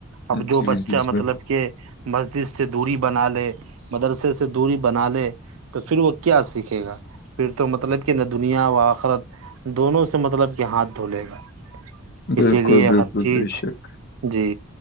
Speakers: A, on the right (about 85°); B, on the left (about 50°).
A: اب جو
B: جی
A: بچہ
B: جی جی
A: مطلب کہ مسجد سے دوری بنا لے مدرسے سے دوری بنا لے تو پھر وہ کیا سیکھے گا پھر تو مطلب کہ نہ دنیا و آخرت دونوں سے مطلب کہ ہاتھ دھولے گا اسی
B: بالکل
A: لیے
B: بالکل
A: ہر چیز
B: بے شک
A: جی